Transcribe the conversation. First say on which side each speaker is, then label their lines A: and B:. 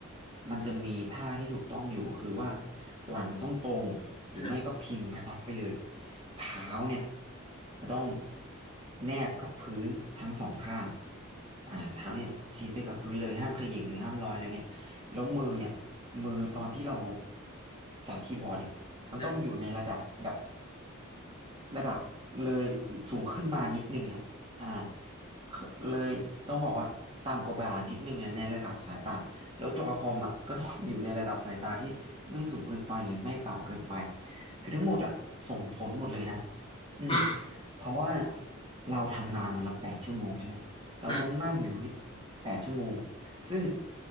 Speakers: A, on the right; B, on the left.
A: มันจะมีท่าที่ถูกต้องอยู่คือว่าหลังต้องตรงหรือไม่ก็พิงพนักไปเลย
B: อืม
A: เท้าเนี่ยจะต้องแนบกับพื้นทั้งสองข้างอ่าเท้าเนี่ยชิดไปกับพื้นเลยห้ามเขย่งหรือห้ามลอยอะไรเงี้ย แล้วมือเนี่ย
B: อืม
A: มือตอนที่เราจับคีย์บอร์ดเนี่ยมันต้องอยู่ในระดับแบบ
B: อืม
A: ระดับเลยสูงขึ้นมานิดนึงอ่ะอ่าคือเลยต้องบอกว่าต่ำกว่าบ่านิดนึงอะในระดับสายตาแล้วจอคอมอ่ะก็ต้องอยู่ในระดับสายตาที่ไม่สูงเกินไปหรือไม่ต่ำเกินไปคือทั้งหมดอ่ะส่งผลหมดเลยนะอืม
B: อื
A: เพราะว่าเราทำงานวันละแปดชั่วโมงใช่ไหมเราต้องนั่งอยู่อย่างเงี้ยแปดชั่วโมง
B: ม
A: ซึ่ง